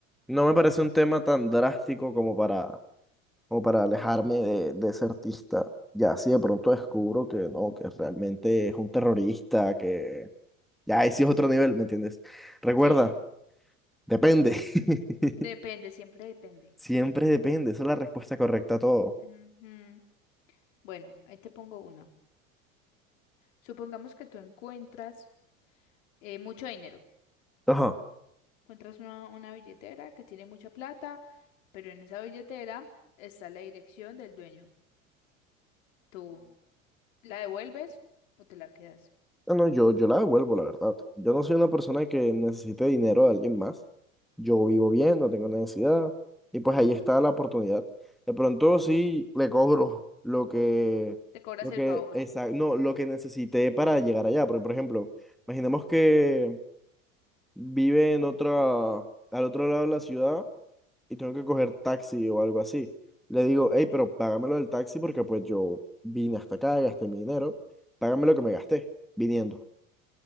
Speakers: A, in the centre; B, on the left.
A: no me parece un tema tan drástico como para, como para alejarme de, de ese artista. Ya, si de pronto descubro que no, que realmente es un terrorista, que ya, ahí sí es otro nivel, ¿me entiendes? Recuerda,
B: Sí,
A: depende. <laughs>
B: depende, siempre depende.
A: Siempre depende, esa es la respuesta correcta a todo.
B: Ujú. Bueno, ahí te pongo una. Supongamos que tú encuentras eh, mucho dinero.
A: Ajá.
B: Encuentras una, una billetera que tiene mucha plata, pero en esa billetera está la dirección del dueño. ¿Tú la devuelves o te la quedas?
A: No, no, yo, yo la devuelvo, la verdad. Yo no soy una persona que necesite dinero de alguien más. Yo vivo bien, no tengo necesidad. Y pues ahí está la oportunidad. De pronto sí le cobro lo que,
B: Te cobras
A: lo
B: el
A: que,
B: favor.
A: esa- no, lo que necesité para llegar allá. Porque, por ejemplo, imaginemos que vive en otra, al otro lado de la ciudad y tengo que coger taxi o algo así. Le digo, hey, pero págamelo del taxi porque pues yo vine hasta acá, gasté mi dinero, págame lo que me gasté viniendo.